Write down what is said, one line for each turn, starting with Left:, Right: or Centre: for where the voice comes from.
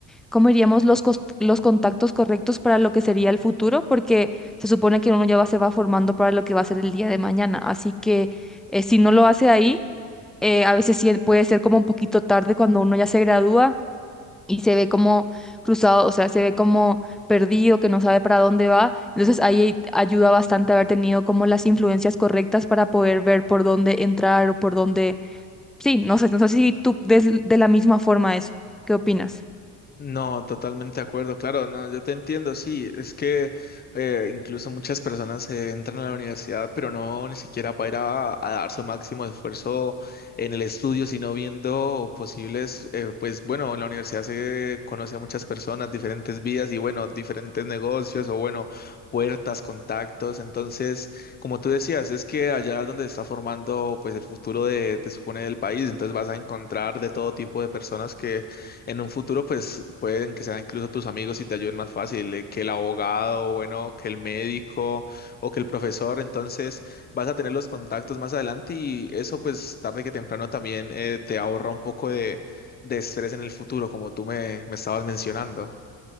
Centre: ¿cómo diríamos? Los, cos- los contactos correctos para lo que sería el futuro, porque se supone que uno ya va, se va formando para lo que va a ser el día de mañana. Así que eh, si no lo hace ahí, eh, a veces sí puede ser como un poquito tarde cuando uno ya se gradúa y se ve como cruzado, o sea, se ve como perdido, que no sabe para dónde va. Entonces ahí ayuda bastante haber tenido como las influencias correctas para poder ver por dónde entrar o por dónde... Sí, no sé, no sé si tú ves de la misma forma eso. ¿Qué opinas?
Left: No, totalmente de acuerdo, claro, no, yo te entiendo, sí, es que eh, incluso muchas personas eh, entran a la universidad, pero no ni siquiera para ir a, a dar su máximo esfuerzo en el estudio, sino viendo posibles, eh, pues bueno, en la universidad se conoce a muchas personas, diferentes vidas y bueno, diferentes negocios o bueno, puertas, contactos, entonces, como tú decías, es que allá es donde se está formando pues el futuro de, te supone, del país, entonces vas a encontrar de todo tipo de personas que en un futuro, pues pueden que sean incluso tus amigos y te ayuden más fácil, eh, que el abogado, bueno, que el médico o que el profesor. Entonces vas a tener los contactos más adelante y eso, pues tarde que temprano también eh, te ahorra un poco de, de estrés en el futuro, como tú me, me estabas mencionando.